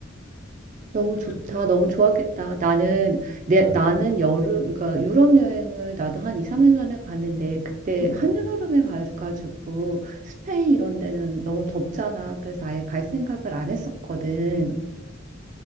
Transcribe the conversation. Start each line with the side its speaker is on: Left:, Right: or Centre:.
Right: 너무 좋다.
Left: 그-
Right: 너무 좋았겠다. 나는 내
Left: 음.
Right: 나는 여름 그러니까 유럽 여행을 나도 한 2, 3년 전에 갔는데 그때
Left: 음.
Right: 한여름에 가 가지고 스페인 이런 데는 너무 덥잖아. 그래서 아예 갈 생각을 안 했었거든.